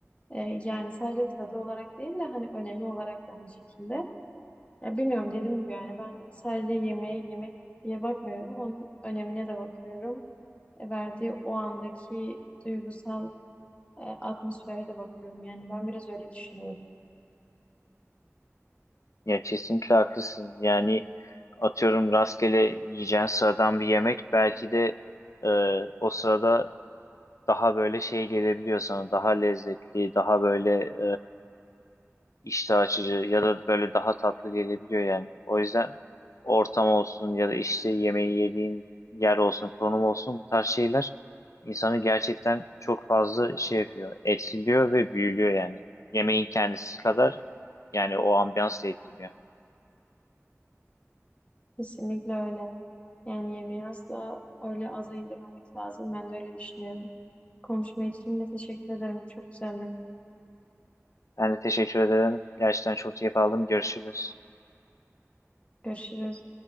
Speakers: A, on the left; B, on the left.
A: E, yani sadece tadı olarak değil de hani önemi olarak da aynı şekilde. Ya bilmiyorum dediğim gibi yani ben sadece yemeğe yemek diye bakmıyorum. Onun önemine de bakıyorum. E, verdiği o andaki duygusal e, atmosfere de bakıyorum. Yani ben biraz öyle düşünüyorum.
B: Ya kesinlikle haklısın. Yani atıyorum rastgele yiyeceğin sıradan bir yemek belki de e, o sırada daha böyle şey gelebiliyor sana. Daha lezzetli, daha böyle iştah açıcı ya da böyle daha tatlı gelebiliyor yani. O yüzden ortam olsun ya da işte yemeği yediğin yer olsun, konum olsun bu tarz şeyler insanı gerçekten çok fazla şey yapıyor, etkiliyor ve büyülüyor yani. Yemeğin kendisi kadar yani o ambiyans da etkiliyor.
A: Kesinlikle öyle. Yani yemeği asla öyle aza indirmemek lazım. Ben de öyle düşünüyorum. Konuşma için de teşekkür ederim. Çok güzeldi.
B: Ben de teşekkür ederim. Gerçekten çok keyif aldım. Görüşürüz.
A: Görüşürüz.